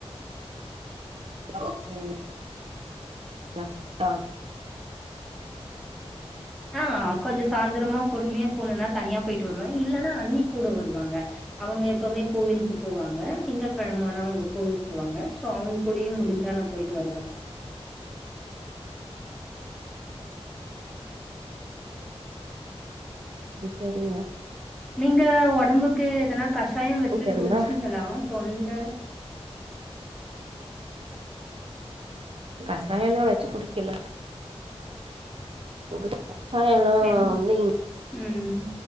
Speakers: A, on the right; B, in the centre.
A: செரிங் க ஆ
B: அ கொஞ்சோ சாந்தரமா பொறுமையா போனென்னா தனியா போயிட்டு வருவ இல்லன்னா அண்ணி கூட வருவாங்க அவுங்க எப்போமே கோவிலுக்கு போவாங்க திங்கட்கெழம ஆனா அவுங்க கோவில் போவாங்க சோ அவுங் கூடயே முடிஞ்சாலு போயிட்டு வருவெ
A: இப்ப இல்லியா
B: நீங்க ஒடம்புக்கு எதனா கஷாயோ வச்சு
A: இருந்தா
B: குடிச்சீங்களா தொண்ட
A: கஷாயோலா வச்சு குடிக்கல சூடுத கசாயல்லா
B: என்
A: வந்து இங்
B: ம்